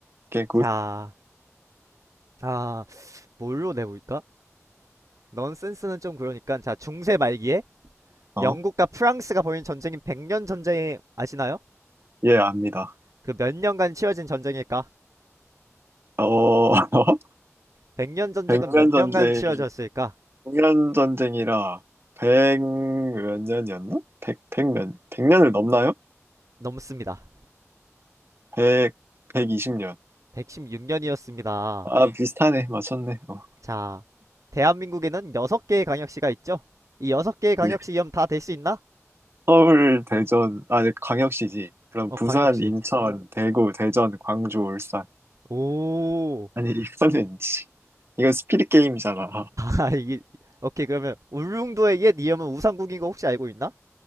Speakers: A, on the right; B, on the right.
A: 게 굿.
B: 자, 아, 뭘로 내볼까? 넌센스는 좀 그러니까, 자, 중세 말기에
A: 어.
B: 영국과 프랑스가 벌인 전쟁인 백년 전쟁 아시나요?
A: 예, 압니다.
B: 그 몇 년간 치러진 전쟁일까?
A: 어, <laughs>
B: 백년 전쟁은
A: 백년
B: 몇 년간
A: 전쟁이,
B: 치러졌을까?
A: 백년 전쟁이라, 백 몇 년이었나? 백, 백 몇, 백 년을 넘나요?
B: 넘습니다.
A: 백, 백이십 년.
B: 116년이었습니다.
A: 아, 비슷하네. 맞췄네. 어,
B: 자, 대한민국에는 6개의 광역시가 있죠? 이 6개의 광역시
A: 예.
B: 이름 다될 수 있나?
A: 서울, 대전, 아, 네, 광역시지. 그럼
B: 어,
A: 부산,
B: 광역시.
A: 인천, 대구, 대전, 광주, 울산.
B: 오,
A: 아니, 이거는, 지- 이건 스피릿 게임이잖아.
B: 아, 이게, 오케이, 그러면, 울릉도의 옛 이름은 우산국인 거 혹시 알고 있나?